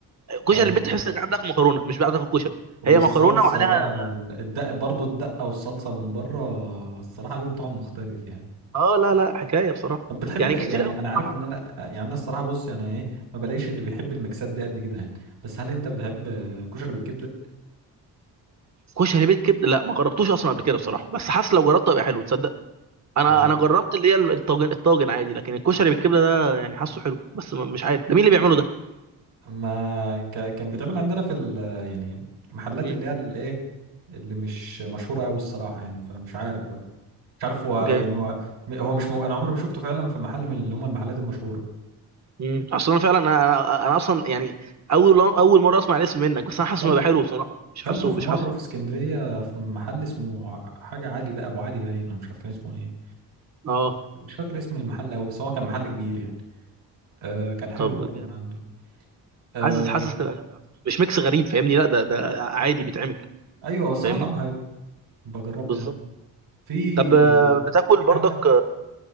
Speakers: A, on the right (about 35°); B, on the right (about 80°).
A: كشري
B: اه
A: البيت تحس انك قاعد تاكل مكرونه مش قاعد تاكل كشري
B: والصلصة
A: هي مكرونه وعليها
B: بقى والدقة برضو الدقة والصلصة من بره الصراحة لهم طعم مختلف يعني
A: اه لا لا حكايه بصراحه
B: طب بتحب
A: يعني
B: يعني
A: كتير قوي
B: انا
A: بصراحه
B: عارف ان انا يعني انا الصراحة بص يعني ايه ما بلاقيش اللي بيحب الميكسات دي قد كده يعني بس هل انت بتحب كشري بالكبدة؟
A: كشري بيت كبد لا ما جربتوش اصلا قبل كده بصراحه بس حاسس لو جربته هيبقى حلو تصدق انا
B: آه، لا
A: انا جربت اللي هي الطاجن الطاجن عادي لكن الكشري بالكبده ده يعني حاسه حلو بس ما- مش عارف ده مين اللي بيعمله ده
B: ما ك... كان بيتعمل عندنا في ال... يعني محلات
A: مم.
B: اللي هي الايه اللي مش مشهورة قوي الصراحة يعني فمش عارف بقى مش عارف هو
A: جامد
B: يعني هو هو مش مو... انا عمري ما شفته فعلا في محل من اللي هم المحلات المشهورة
A: مم. اصلا انا فعلا انا انا أنا اصلا يعني اول اول مره اسمع الاسم منك بس انا حاسه
B: كلته
A: إنه هيبقى حلو بصراحه مش
B: كلته
A: حاسه
B: في
A: مش
B: مرة
A: حاسه
B: في اسكندرية في محل اسمه حاجة علي بقى أبو علي باين ولا مش عارف كان اسمه إيه
A: اه
B: مش فاكر اسم المحل أوي بس هو كان محل كبير يعني آه كان حلو
A: طب
B: برضه
A: جامد
B: من عنده آه
A: حاسس حاسس تبقى جامده على فكره مش ميكس غريب فاهمني لا ده ده عادي بيتعمل
B: أيوه هو الصراحة
A: فاهمني
B: طعمه حلو بجربه
A: بالظبط
B: يعني في
A: طب آه، بتاكل
B: في
A: برضك
B: حاجة